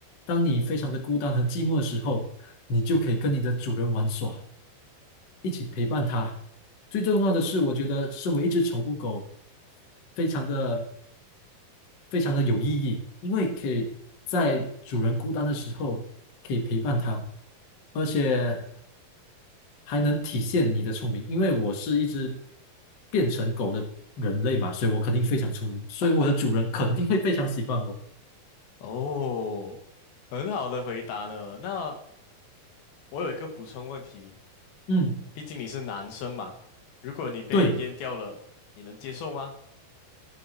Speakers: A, on the left (about 65°); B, on the left (about 85°).
A: 当你非常的孤单和寂寞的时候，你就可以跟你的主人玩耍，一起陪伴他。最重要的是，我觉得身为一只宠物狗，非常的非常的有意义，因为可以在主人孤单的时候可以陪伴他，而且还能体现你的聪明。因为我是一只变成狗的人类嘛，所以我肯定非常聪明，所以我的主人 <laughs> 肯定会非常喜欢我。
B: 哦，很好的回答呢。那我有一个补充问题，
A: 嗯，
B: 毕竟你是男生嘛，如果你被阉掉了，
A: 对，
B: 你能接受吗？